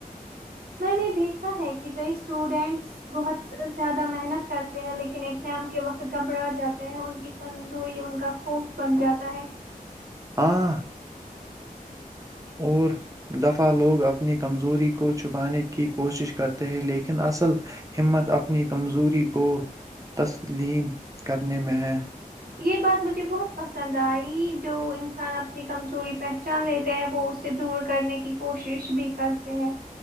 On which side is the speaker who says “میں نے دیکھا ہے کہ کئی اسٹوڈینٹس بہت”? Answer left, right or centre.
Right